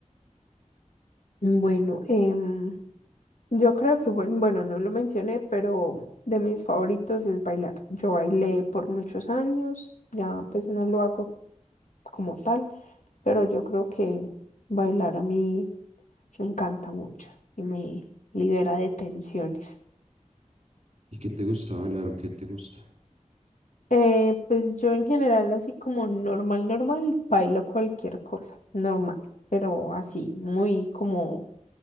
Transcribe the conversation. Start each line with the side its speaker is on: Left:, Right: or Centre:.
Left: Bueno, em, yo creo que, buen- bueno, no lo mencioné, pero de mis favoritos es bailar. Yo bailé por muchos años, ya pues no lo hago como tal, pero yo creo que bailar a mí me encanta mucho y me libera de tensiones.
Right: ¿Y qué te gusta bailar o qué te gusta?
Left: Eh, pues yo en general así como normal, normal, bailo cualquier cosa, normal, pero así, muy como,